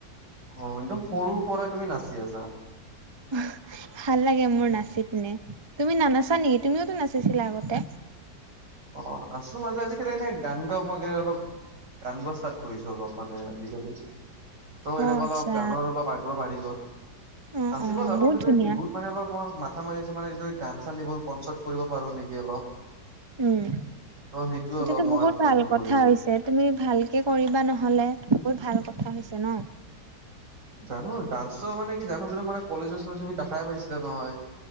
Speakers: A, on the right (about 75°); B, on the right (about 20°).
A: অ একদম সৰুৰ পৰা তুমি নাচি আছা।
B: হয় <unintelligible> ভাল লাগে মোৰ নাচি পিনে তুমি নানাচা নেকি তুমিওতো নাচিছিলা আগতে।
A: অ আছো মাজে আজিকালি এনেই গান গাওঁ মই গ অলপ গান গোৱা ষ্টাৰ্ট কৰিছো অলপ। মানে আজিকালি ত'
B: অ',
A: এনেকুৱা
B: আচ্ছা
A: অলপ গানৰ অলপ আগ্ৰহ বাঢ়ি গ'ল।
B: অ',
A: নাচিব
B: অ',
A: জানো
B: বহুত
A: কিন্তু
B: ধুনীয়া
A: বিহুত মানে অলপ মই ম। কাথা মাৰি আছো মানেদৰে গান চান এইবোৰ পঞ্চত কৰিব পাৰো নেকি অলপ।
B: উম।
A: ত সেইটোয়ে অলপ
B: সটো
A: মই
B: বহুত
A: প্লেনিং
B: ভাল কথা
A: কৰিছো
B: হৈছে তুমি ভালকে কৰিবা নহলে বহুত ভাল কথা। কথা হৈছে ন।
A: জানো ডান্স মানে কি জানো কিন্তু মানে কলেজৰ আচল তুমি দেখাই পাইছিলা নহয়।